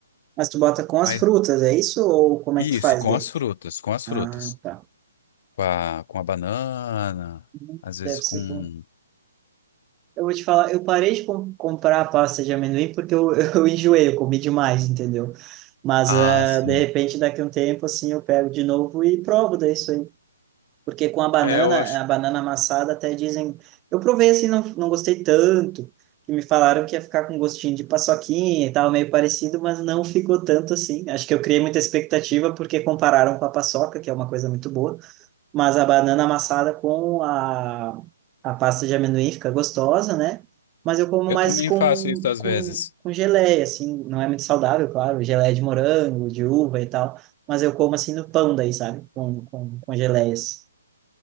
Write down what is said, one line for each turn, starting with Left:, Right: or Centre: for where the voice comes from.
Right: Mas tu bota com as
Left: Mas
Right: frutas, é isso? Ou como
Left: isso,
Right: é que tu faz
Left: com
Right: daí?
Left: as frutas, com as
Right: Ah,
Left: frutas.
Right: tá.
Left: Com a, com a banana,
Right: Uhum.
Left: às vezes
Right: Deve ser
Left: com.
Right: bom. Eu vou te falar, eu parei de com- comprar a pasta de amendoim porque eu, <laughs> eu enjoei, eu comi demais, entendeu? Mas,
Left: Ah,
Right: ah,
Left: sim.
Right: de repente, daqui a um tempo, assim, eu pego de novo e provo daí isso aí. Porque com a banana,
Left: É, eu acho.
Right: a banana amassada até dizem. Eu provei assim, não, não gostei tanto, que me falaram que ia ficar com gostinho de paçoquinha e tal, meio parecido, mas não ficou tanto assim. Acho que eu criei muita expectativa porque compararam com a paçoca, que é uma coisa muito boa, mas a banana amassada com a, a pasta de amendoim fica gostosa, né? Mas eu como
Left: Eu
Right: mais
Left: também
Right: com,
Left: faço isso às
Right: com,
Left: vezes.
Right: com geleia, assim, não é muito saudável, claro, geleia de morango, de uva e tal, mas eu como assim no pão daí, sabe? Com, com, com geleias.